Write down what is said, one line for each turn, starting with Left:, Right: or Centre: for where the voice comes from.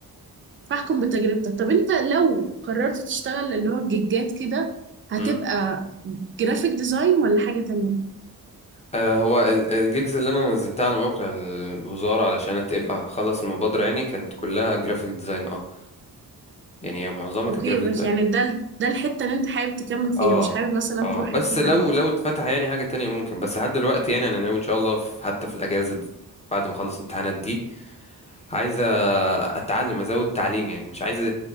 Right: فاحكم بتجربتك طب انت لو قررت تشتغل اللي هو الجيجات كده هتبقى
Left: امم
Right: جرافيك ديزاين ولا حاجة تانية؟
Left: آه هو ال- الجيجز اللي انا نزلتها على موقع الوزارة علشان تبقى خلص المبادرة يعني كانت كلها جرافيك ديزاين اه يعني معظمها كانت
Right: اوكي
Left: جرافيك
Right: بس
Left: ديزاين
Right: يعني ده ال- ده الحتة اللي انت حابب تكمل فيها
Left: اه
Right: مش حابب مثلا
Left: اه
Right: تروح
Left: بس
Right: حتة تانية
Left: لو لو اتفتح يعني حاجة تانية ممكن بس لحد دلوقتي يعني انا ناوي ان شاء الله في حتى في الاجازة دي بعد ما اخلص الامتحانات دي عايز أ- اتعلم ازود تعليم يعني مش عايز أ-